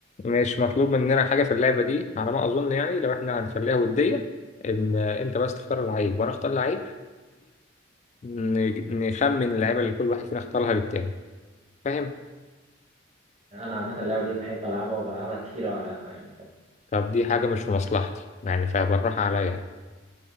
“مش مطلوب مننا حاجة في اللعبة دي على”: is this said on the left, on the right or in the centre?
Left